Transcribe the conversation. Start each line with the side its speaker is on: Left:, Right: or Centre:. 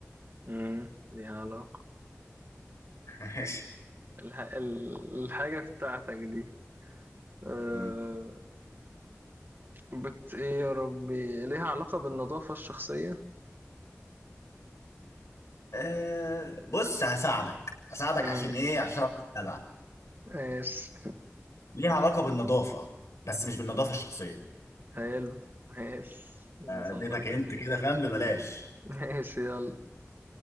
Right: امم ليها علاقة
Left: <laughs> ماشي
Right: الح... ال- الحاجة بتاعتك دي أه...
Left: مم.
Right: بت ايه يا ربي ليها علاقة بالنظافة الشخصية
Left: آه بص هساعدك هساعدك
Right: امم
Left: عشان ايه عشان أبقى جدع
Right: ماشي
Left: ليها علاقة بالنظافة بس مش بالنظافة الشخصية
Right: حلو ماشي
Left: آه،
Right: وصلنا
Left: اديتك
Right: لحتة
Left: انت كده فاهم ببلاش
Right: ماشي يلا